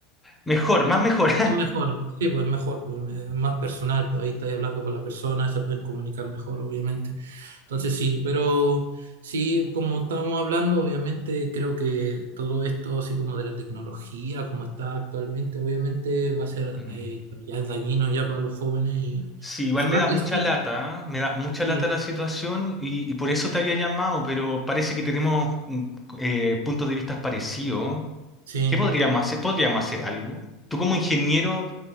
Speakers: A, in the centre; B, on the right.
A: mejor, más mejor.
B: Es mejor, sí, pues es mejor, pues es más personal, pues ahí estáis hablando con la persona, se pueden comunicar mejor, obviamente. Entonces sí, pero sí, como estábamos hablando, obviamente creo que todo esto, así como de la tecnología, como está actualmente, obviamente va a ser,
A: <laughs>
B: eh, ya es dañino ya para los jóvenes y
A: Sí, igual
B: ojalá
A: me da mucha
B: que sí,
A: lata, ¿eh? me da mucha
B: sí,
A: lata la situación y, y por eso te había llamado, pero parece que tenemos mm, eh, puntos de vista parecidos.
B: sí.
A: ¿Qué podríamos hacer? ¿Podríamos hacer algo? Tú como ingeniero,